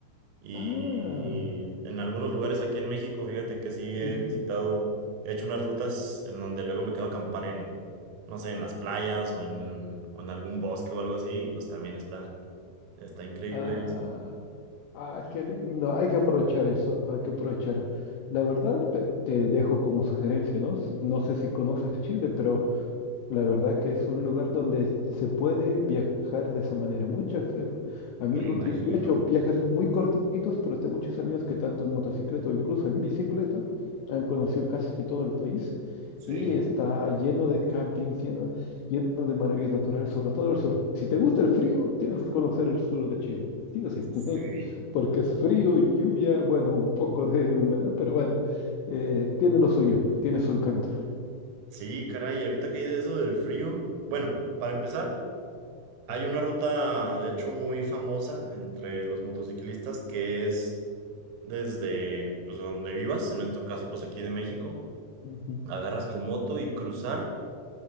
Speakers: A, on the right (about 85°); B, on the left (about 75°).
A: y
B: Ah,
A: en algunos lugares aquí en México, fíjate que sí he
B: Rico.
A: visitado, he hecho unas rutas en donde luego me quedo a acampar en, no sé, en las playas o en, o en algún bosque o algo así, y pues también está, está increíble
B: ah,
A: eso.
B: ah, qué lindo. Hay que aprovechar eso, hay que aprovechar. La verdad, te, te dejo como sugerencia, ¿no? S- No sé si conoces Chile, pero la verdad que es un lugar donde se puede viajar de esa manera. Muchos eh, amigos,
A: Me imagino.
B: yo, yo he hecho viajes muy cortitos, pero tengo muchos amigos que tanto en motocicleta o incluso en bicicleta han conocido casi todo el país.
A: Sí,
B: y está lleno de campings, lleno, lleno de maravillas naturales, sobre todo el sur. Si te gusta el frío, tienes que conocer el sur de Chile. Sí o sí,
A: sí.
B: <laughs> porque es frío, lluvia, bueno, un poco de humedad, pero bueno, eh, tiene lo suyo, tiene su encanto.
A: Sí, caray, y ahorita que dices eso del frío, bueno, para empezar, hay
B: Ujú.
A: una ruta, de hecho, muy famosa entre los motociclistas que es desde, pues, donde vivas, en este caso, pues aquí de México
B: Ujú,
A: agarras tu moto y cruzar